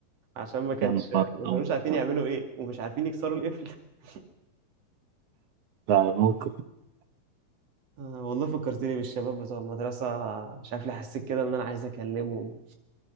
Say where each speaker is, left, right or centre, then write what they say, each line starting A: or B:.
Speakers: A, on the right (about 45°); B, on the right (about 75°).
A: عشان ما كانش
B: يا نهار
A: ما كانوش عارفين
B: أبيض.
A: يعملوا ايه ومش عارفين يكسروا القفل <laughs>
B: فممكن
A: آه، والله فكرتني بالشباب بتوع المدرسه مش عارف ليه حسيت كده ان انا عايز اكلمهم